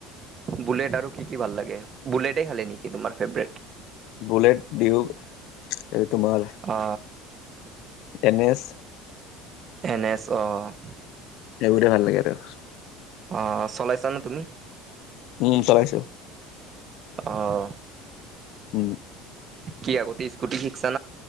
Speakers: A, on the right; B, on the left.
A: বুলেট আৰু কি কি ভাল লাগে, বুলটেই খালি নেকি তোমাৰ ফেভাৰেট?
B: বুলেট, ডিউক তোমাৰ
A: অ
B: এন এছ।
A: এন আছো অ'।
B: এইবোৰৰে ভাল লাগে আৰু।
A: অ' চলাইছা নে তুমি?
B: উম, চলাইছো।
A: আহ।
B: উম।
A: কি আগতে স্কুটি শিকিছা